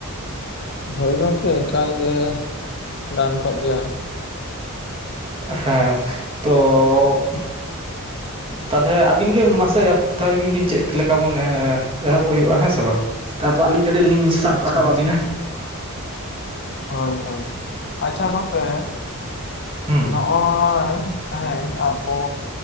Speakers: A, on the left (about 50°); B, on the right (about 25°).
A: ᱦᱳᱭ ᱜᱚᱝᱠᱮ ᱮᱠᱟᱞ ᱜᱮ ᱜᱟᱱ ᱠᱚᱜ ᱜᱮᱭᱟ,
B: ᱦᱮᱸ ᱛᱚ ᱛᱟᱦᱞᱮ ᱟᱵᱤᱱ ᱜᱮ ᱢᱟᱥᱮ ᱮ <unintelligible> ᱮᱦᱚᱵ‌ ᱛᱟᱭᱵᱮ ᱵᱤᱱ ᱪᱮᱜ ᱞᱮᱠᱟ ᱵᱚᱱ ᱮᱦᱚᱵ ᱦᱩᱭᱩᱜᱼᱟ ᱦᱮᱸ ᱥᱮ ᱵᱟ ᱛᱟᱨᱯᱚᱨ ᱟᱹᱞᱤᱧ ᱠᱟᱹᱴᱤᱡ ᱞᱤᱧ ᱥᱟᱵ
A: ᱟᱪᱪᱷᱟ
B: ᱨᱟᱠᱟᱵ
A: ᱟᱪᱪᱷᱟ
B: ᱟᱵᱤᱱᱟ᱾
A: ᱦᱳᱭ ᱦᱳᱭ ᱟᱪᱪᱷᱟ ᱜᱚᱢᱠᱮ
B: ᱦᱩᱸ
A: ᱱᱚᱜᱼᱚᱭ ᱛᱮᱦᱮᱧ ᱟᱵᱚ